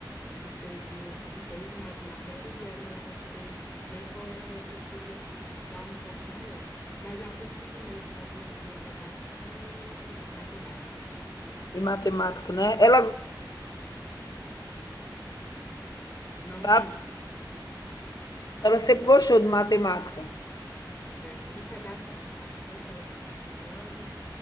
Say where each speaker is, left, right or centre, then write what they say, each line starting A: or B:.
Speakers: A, on the left (about 20°); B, on the left (about 55°).
A: um peso, um peso nas matérias, e aí ela vai poder ver qual é a que ela precisa dar um foco maior. Mas a princípio mesmo ali seria redação e matemática.
B: Em matemática, né? Ela,
A: Não entendi.
B: sabe, ela sempre gostou de matemática.
A: Certo. E redação, sabe dizer se ela tem facilidade?